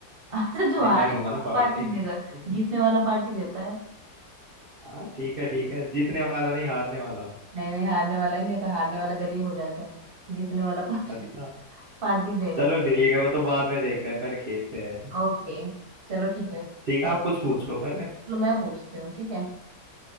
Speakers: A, on the right (about 40°); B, on the right (about 70°).
A: अच्छा जो
B: नहीं
A: हारेगा
B: मैं दूंगा ना
A: वो
B: पार्टी
A: पार्टी देगा
B: <laughs>
A: जीतने वाला पार्टी देता है
B: हाँ ठीक है ठीक है जीतने वाला नहीं हारने वाला
A: नहीं नहीं हारने वाला ही नहीं देता हारने वाला गरीब हो जाता है जीतने वाला पार्टी
B: अच्छा
A: पार्टी देगा
B: चलो ठीक है वो तो बाद में देखते हैं पहले खेलते हैं
A: ओके चलो ठीक है
B: ठीक है आप कुछ पूछो पहले
A: चलो मैं पूछती हूँ ठीक है